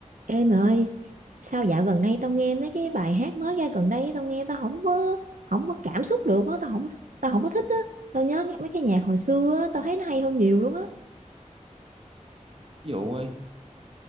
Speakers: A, on the right (about 90°); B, on the right (about 50°).
A: em ơi, sao dạo gần đây tao nghe mấy cái bài hát mới ra gần đây tao nghe tao không có không có cảm xúc được á, tao không tao không có thích á. Tao nhớ nghe mấy cái nhạc hồi xưa á, tao thấy nó hay hơn nhiều luôn á.
B: Ví dụ ơi,